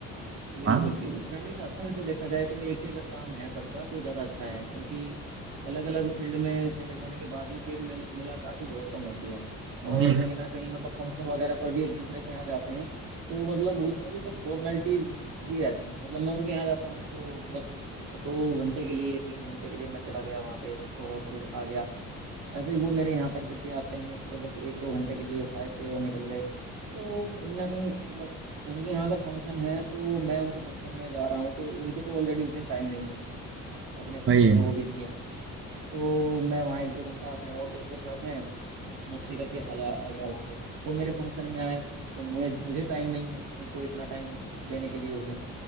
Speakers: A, on the right (about 85°); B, on the right (about 45°).
A: बिल्कुल
B: हाँ
A: बिल्कुल फ्रेंड के साथ में वैसे देखा जाए तो एक ही अगर काम है सबका तो ज़्यादा अच्छा है क्योंकि अलग अलग फील्ड में चले जाने के बाद में फिर मिल मुलाकात ही बहुत कम होती है और
B: वही
A: कहीं ना कहीं मतलब फंक्शन वगैरह पर भी एक दूसरे के यहाँ जाते हैं तो मतलब उसमें भी बस फॉर्मेलिटीज ही रहती हैं मतलब मैं उनके यहाँ जाता हूँ तो बस दो घंटे के लिए तीन घंटे के लिए मैं चला गया वहाँ पे और फिर आ गया ऐसे ही वो मेरे यहाँ पर जब भी आते हैं तो बस एक दो घंटे के लिए खाए पिए और निकल गए तो कहीं ना कहीं मतलब उनके यहाँ अगर फंक्शन है तो मैं उनके फंक्शन में जा रहा हूँ तो उनको तो ऑलरेडी उस दिन टाइम नहीं है अपने फंक्शन
B: वही है
A: में वो बिजी हैं तो मैं वहाँ एक दो घंटा अपने और दोस्तों के साथ में मस्ती करके आ जा आ गया वहाँ से वो मेरे फंक्शन में आए तो मुझे मुझे टाइम नहीं है उनको इतना टाइम देने के लिए उस दिन